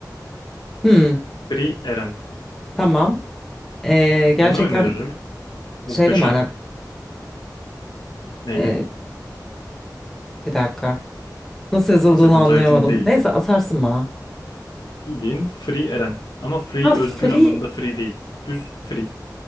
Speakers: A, in the centre; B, on the left (about 80°).
A: Hmm,
B: Frieren.
A: tamam. Ee, gerçekten
B: Onu öneririm. Muhteşem.
A: şeyle mi alakalı?
B: Neyle?
A: Ee, bir dakika. Nasıl yazıldığını
B: Attack on
A: anlayamadım.
B: Titan değil.
A: Neyse atarsın bana.
B: Bildiğin Free Eren. Ama free
A: Ha free.
B: özgür anlamında free değil. Düz free.